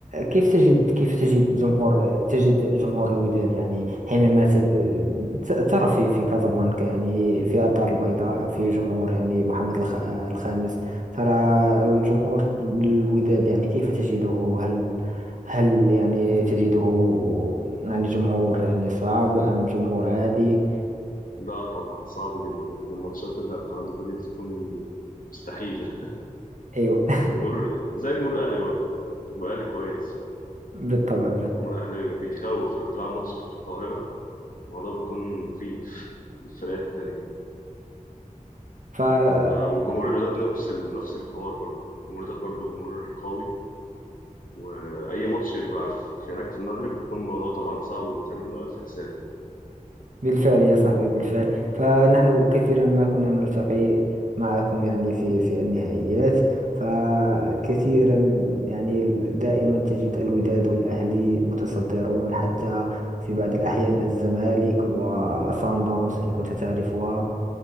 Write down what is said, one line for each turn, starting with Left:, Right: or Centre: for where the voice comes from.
Right: كيف تجد كيف تجد جمهور تجد جمهور الوداد يعني حينما ت- ت- ترى في في كازابلانكا يعني في الدار البيضاء في جمهور يعني محمد الخ- آه، الخامس ترى الجمهور الوداد يعني كيف تجده هل هل يعني تجده يعني جمهور يعني صعب أم جمهور عادي؟
Left: لا طبعا صعب جدا الماتشات اللي بتاع عندكم دي بتكون مستحيلة
Right: أيوة <laughs>
Left: جمهور زي جمهور الأهلي برضه جمهور الأهلي كويس
Right: بالطبع
Left: يعني جمهور الأهلي بيخوف لو تلعب ماتش في القاهرة الموضوع بيكون مخيف للفرقات التانية
Right: بالطبع
Left: آه، وجمهور الوداد نفس ال... نفس الحوار برضه جمهور الوداد برضه جمهور قوي وأي ماتش يبقى في... في هناك في المغرب بيكون الموضوع طبعا صعب وبيتعمل له ألف حساب
Right: بالفعل يا صاحبي بالفعل فنحن كثيرا ما كنا نلتقي معكم يعني في في النهائيات فكثيرا يعني دائما تجد الوداد والأهلي متصدرون حتى في بعض الأحيان الزمالك وصن داونز إن كنت تعرفها